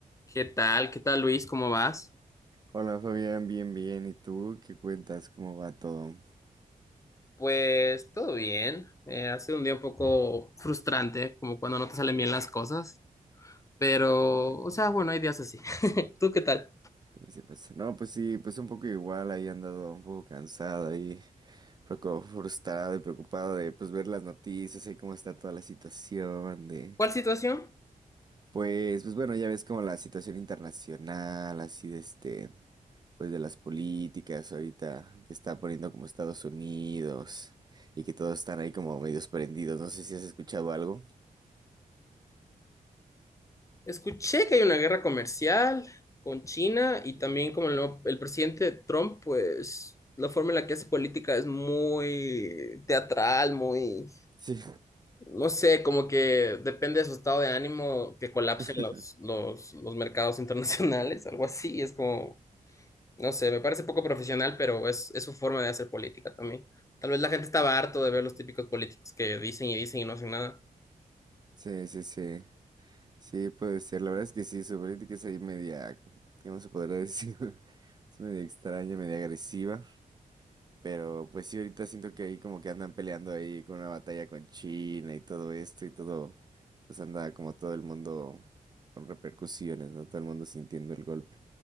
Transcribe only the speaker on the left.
¿Qué tal? ¿Qué tal, Luis? ¿Cómo vas?
Pues todo bien. Eh, ha sido un día un poco frustrante, como cuando no te salen bien las cosas. Pero,
o sea, bueno, hay días así. <laughs> ¿Tú qué tal?
¿Cuál situación?
Escuché que hay una guerra comercial con China
y también como el, nuevo- el presidente Trump, pues la forma en la que hace política es muy teatral, muy...
No sé, como que depende de su estado de ánimo que colapsen
los, los, los mercados internacionales, <laughs> algo así. Es como, no sé, me parece poco profesional, pero es, es su forma de hacer política también. Tal vez la gente estaba harto de ver los típicos políticos que dicen y dicen y no hacen nada.